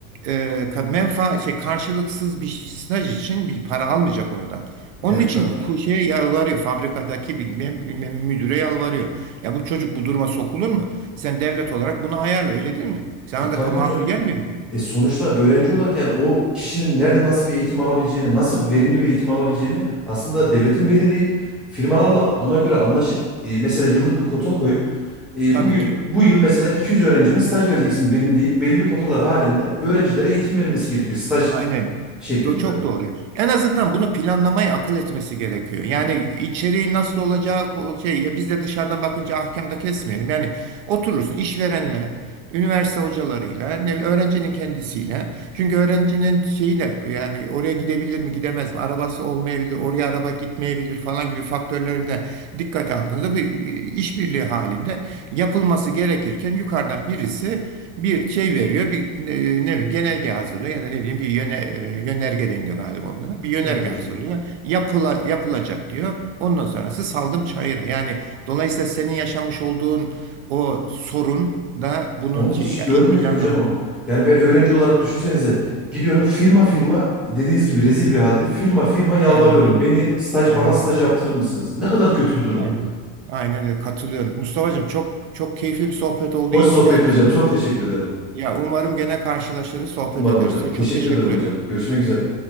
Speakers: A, on the right; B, in the centre.
A: e, ka- menfa şey karşılıksız bir staj için bir para almayacak oradan. Onun
B: Evet
A: için
B: tabii
A: bir
B: ki.
A: ku- şeye yalvarıyor. Fabrikadaki bilmem, bilmem müdüre yalvarıyor. Ya bu çocuk bu duruma sokulur mu? Sen devlet olarak bunu ayarla öyle değil mi? Sana
B: E, tabii
A: da makul
B: ki hocam.
A: gelmiyor mu bu?
B: E sonuçta öğrenci olarak yani o kişinin nerede nasıl bir eğitim alabileceğini, nasıl verimli bir eğitim alabileceğini aslında devletin belirleyip firmalarla buna göre anlaşıp e, mesela yıllık bir kota koyup e,
A: Tabii
B: bugün
A: ki.
B: bu yıl mesela 200 öğrencime staj vereceksin benim deyip belirli kotalar halinde öğrencilere eğitim vermesi gerekiyor staj
A: Aynen.
B: şeklinde.
A: Do çok doğru. En azından bunu planlamayı akıl etmesi gerekiyor. Yani
B: Evet.
A: içeriği nasıl olacağı ko- şey ya biz de dışarıdan bakınca ahkam da kesmeyelim. Yani oturursun işverenle Üniversite hocalarıyla, ne- öğrencinin kendisiyle. Çünkü öğrencinin şeyi de yani oraya gidebilir mi, gidemez mi? Arabası olmayabilir, oraya araba gitmeyebilir falan gibi faktörleri de dikkate aldığınızda bir e, işbirliği halinde yapılması gerekirken yukarıdan birisi bir şey veriyor, bir e, ne bileyim genelge hazırlıyor ya da ne bileyim bir yöne, e, yönerge deniliyor galiba onlara. Bir yönerge
B: Evet hocam.
A: hazırlıyor. Yapıla, yapılacak diyor. Ondan sonrası saldım çayıra. Yani dolayısıyla senin yaşamış olduğun o sorun da bunun
B: Onu
A: şey
B: hiç
A: ya
B: görmüyor
A: iyi planlama.
B: ki hocam o. Yani ben öğrenci olarak düşünsenize gidiyorum firma firma dediğiniz gibi rezil bir halde firma firma yalvarıyorum.
A: Aynen öyle.
B: Beni staj
A: Aynen
B: bana staj
A: öyle.
B: yaptırır mısınız? Ne kadar kötü bir durum.
A: Yani aynen öyle katılıyorum. Mustafa'cığım çok çok keyifli bir sohbet oldu.
B: Hoş
A: İyi
B: sohbet
A: ki de
B: hocam. Çok teşekkür ederim.
A: Ya umarım gene karşılaşırız, sohbet
B: Umarım
A: ederiz.
B: hocam. Teşekkür
A: Çok teşekkür
B: ederim
A: ediyorum.
B: hocam. Görüşmek üzere.